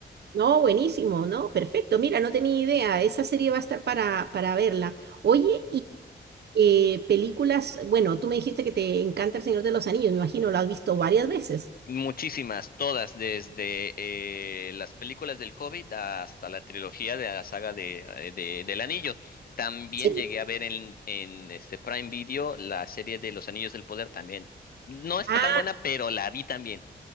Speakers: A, on the right; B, on the left.
A: No, buenísimo, ¿no? Perfecto. Mira, no tenía idea. Esa serie va a estar para, para verla. Oye, y eh, películas, bueno, tú me dijiste que te encanta El Señor de los Anillos, me imagino, lo has visto varias veces.
B: Muchísimas, todas, desde eh, las películas del Hobbit hasta la trilogía de la saga de, eh, de- del Anillo. También
A: Sí.
B: llegué a ver en, en este Prime Video la serie de Los Anillos del Poder también. No está
A: Ah,
B: tan buena, pero la vi también.